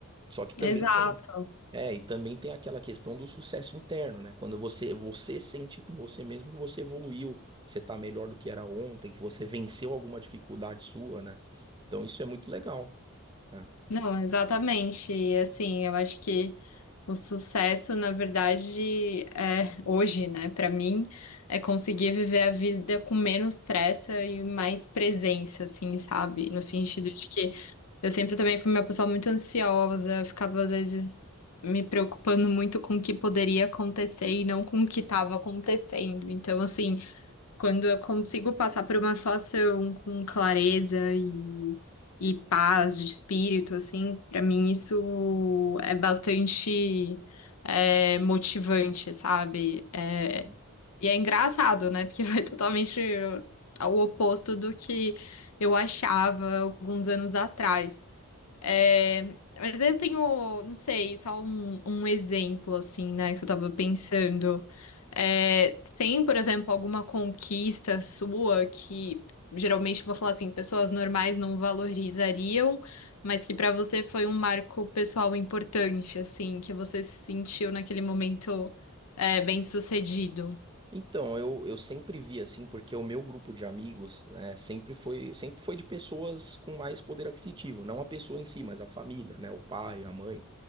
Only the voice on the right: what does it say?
Só que também
tem, é, e também tem aquela questão do sucesso interno, né? Quando você você sente com você mesmo que você evoluiu, que você tá melhor do que era ontem, que você venceu alguma dificuldade sua, né? Então, isso é muito legal, né?
Uhum.
Então, eu, eu sempre vi assim, porque o meu grupo de amigos, né, sempre foi, sempre foi de pessoas com mais poder aquisitivo, não a pessoa em si, mas a família, né, o pai, a mãe.